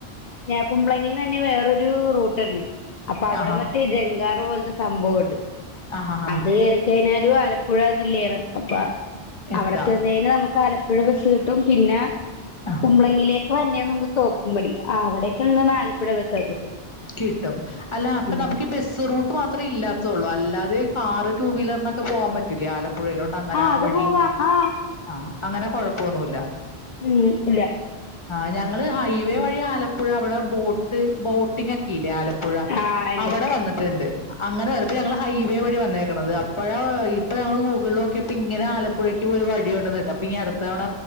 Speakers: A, on the left (about 50°); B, on the left (about 30°).
A: കുമ്പളങ്ങിന്നന്നെ വേറൊരു ഒരു റൂട്ടുണ്ട് അപ്പൊ അവിടെ
B: ആഹാ.
A: മറ്റേ ജംഗാർ പോലത്തെ സംഭവോണ്ട്
B: ആഹാഹാ.
A: അത് കേറിക്കഴിഞ്ഞാലും ആലപ്പുഴ ജില്ലയാണ് അപ്പ
B: എത്താം.
A: അവിടെ ചെന്ന് കഴിഞ നമുക്ക് ആലപ്പുഴ ബസ്സ് കിട്ടും പിന്ന
B: ആ
A: തുമ്പളെങ്ങിലേക്ക് വന്നേമുമ്പ് തോപ്പുംപ്പടി അവിടേക്ക് ആലപ്പുഴ ബസ്സ്‌ ഒക്കെ കിട്ടും
B: കിട്ടും അല്ല അപ്പൊ
A: ഉം
B: നമുക്ക് ബസ് റൂട്ട് മാത്രേ ഇല്ലാത്തള്ളൂ അല്ലാതെ കാറ് ടു വീലറിനൊക്കെ പോവാൻ പറ്റില്ലേ ആലപ്പുഴയിലോട്ട് അങ്ങനെ ആ
A: അത്
B: വഴി
A: പോവാ ആ
B: ആഹ് അങ്ങനെ കൊഴപ്പൊന്നുല്ല
A: ഉം ഇല്ല
B: ആഹ് ഞങ്ങള് ഹൈവേ വഴി ആലപ്പുഴ അവിടെ ബോട്ട് ബോട്ടിംഗ് ഒക്കെ ഇല്ലേ ആലപ് -- പുഴ
A: ആ ഇണ്ട്
B: അവിടെ വന്നിട്ടുണ്ട് അങ്ങനെ വരുമ്പോ ഞങ്ങള് ഹൈവേ വഴി വന്നേക്കുണത് അപ്പഴാ ഇപ്പൊ ഞങ്ങൾ ഗൂഗിളില് നോക്കിയപ്പൊ ഇങ്ങനെ ആലപ് -- പുഴയ്ക്കും ഒരു വഴി ഉണ്ട് ന്ന് കേട്ട് അപ്പ ഇനി അടുത്തവണ